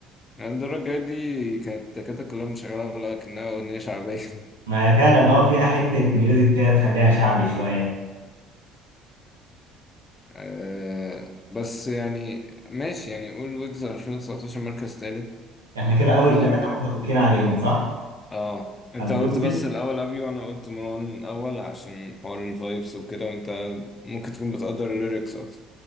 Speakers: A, on the left; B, on the right.
A: يعني الدورة الجاية دي كانت كانت كلها مشغلة ولا كأنها أغنية شعبية
B: ما هي فعلا اه فيها حتة ميوزك كده تخليها شعبي شوية
A: <laughs> آه بس يعني ماشي يعني قول ويجز 2019 مركز تالت
B: احنا كده اول
A: في
B: ثلاثة
A: مين
B: متفقين عليهم صح؟
A: اه انت
B: ابو
A: قلت
B: يوسف
A: بس الأول أبي وأنا قلت مروان الأول عشان حوار الفايبس وكده وانت ممكن تكون بتقدر الليركس أكتر